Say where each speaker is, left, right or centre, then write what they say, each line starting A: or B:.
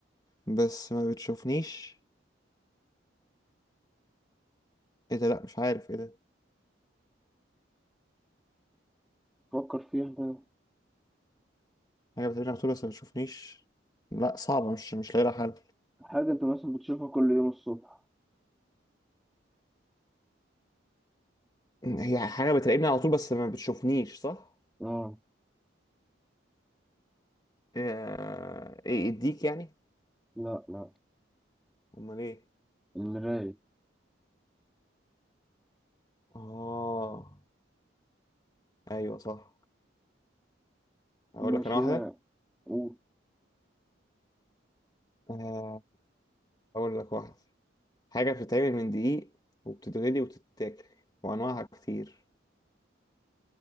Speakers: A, on the left; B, in the centre.
A: بس ما بتشوفنيش ايه ده لا مش عارف ايه ده
B: فكر فيها كده
A: حاجة بتراقبني على طول بس ما بتشوفنيش لا صعبة مش مش لاقي لها حل
B: حاجة أنت مثلا بتشوفها كل يوم الصبح
A: هي حاجة بتراقبني على طول بس ما بتشوفنيش صح؟
B: اه
A: آه، ايه اديك يعني؟
B: لا لا
A: امال ايه؟
B: المراية
A: اه ايوه صح اقول
B: ماشي
A: لك انا
B: كده
A: واحدة
B: قول
A: آه، اقول لك واحدة حاجة بتتعمل من دقيق وبتتغلي وتتاكل وأنواعها كتير